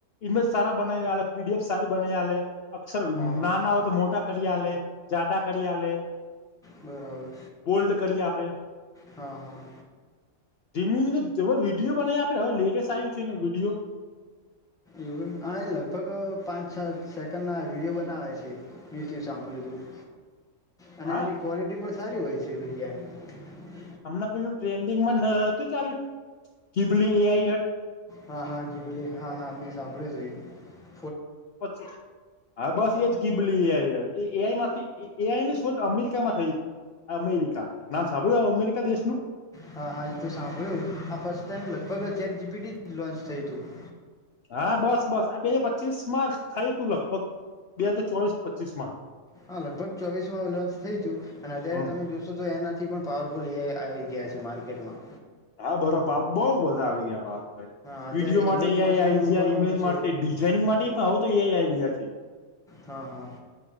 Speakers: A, on the left (about 60°); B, in the centre.
A: ઇમેજ સારા બનાય આલે પીડીએફ સારી બનાય આલે અક્ષર
B: હા હા
A: નાનાં હોય તો મોટા કરિયાલે જાદા કરિયાલે <inaudible>
B: બરાબર
A: બોલ્ડ કરી આપે.
B: હા હા.
A: વિડીયો બનાવી આપે હવે લેટેસ્ટ આવ્યું છેને વિડીયો.
B: એવું હ લગભગ પાંચ છ સેકન્ડ નાં વિડીયો બનાવે છે મે તેવું સાંભળ્યુંતું. અને
A: હા
B: એની ક્વોલિટી પણ સારી હોય. <unintelligible>
A: હમણાં પેલું ટ્રેન્ડિંગમાં ન હતું ચાલું ગીભલી એઆઈ અટ.
B: હા હા ગીભલી હા હા મેં સાંભ <unintelligible>
A: પછી હા બસ એજ ગીભલી એઆઈ. એઆઈ માંથી એઆઈની શોધ અમેરિકામાં થઈ હતી અમેરિકા નામ સાંભળ્યું અમેરિકા દેશનું?
B: હા હા, એતો સાંભળ્યું આ ફસ્ટ ટાઈમ લગભગજ ચાર્ટ જીભીટી લોન્ચ થયુંતું.
A: હા બસ બસ, આ બે હજાર પચ્ચીસમાં થયુંતું લગભગ બે હજાર ચોવીસ પચ્ચીસમાં.
B: હા લગભગ ચોવીસમાં લોન્ચ થયુતું અને અત્યારે
A: હમ
B: તમે જોશો તો એના થીપણ પાવરફુલ એઆઈ આવી ગયા છે માર્કેટમાં.
A: હા, બરો પા બઉ બઘાં આવી ગયાં પા.
B: હા અત્યારે
A: વિડીયો માટે
B: ઇલોન
A: એઆઈ
B: મસ્કનું
A: આઈ જયાં
B: પણ
A: ઇમેજ
B: છે
A: માટે ડિઝાઇનિંગ માટે પણ હવેતો એઆઈ આઈ છે.
B: હા હા,